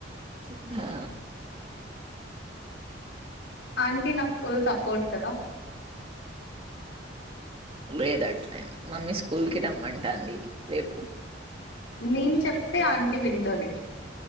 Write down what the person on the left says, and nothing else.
ఆంటీ నాకు ఫుల్ సపోర్ట్ కదా.
నేను చెప్తే ఆంటీ వింటాది.